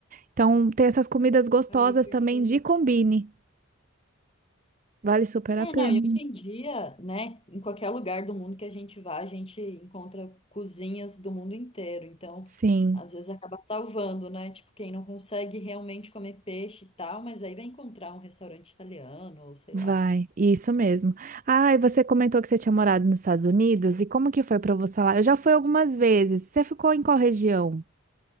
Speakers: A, on the right; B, on the left.
A: Então, tem essas comidas gostosas
B: Ai, perfeito.
A: também de combine. Vale super
B: É,
A: a pena.
B: não, e hoje em dia, né, em qualquer lugar do mundo que a gente vá, a gente encontra cozinhas do mundo inteiro. Então,
A: Sim.
B: às vezes acaba salvando, né? Tipo, quem não consegue realmente comer peixe e tal, mas aí vai encontrar um restaurante italiano, ou sei lá.
A: Vai, isso mesmo. Ah, e você comentou que você tinha morado nos Estados Unidos, e como que foi para você lá? Eu já fui algumas vezes. Você ficou em qual região?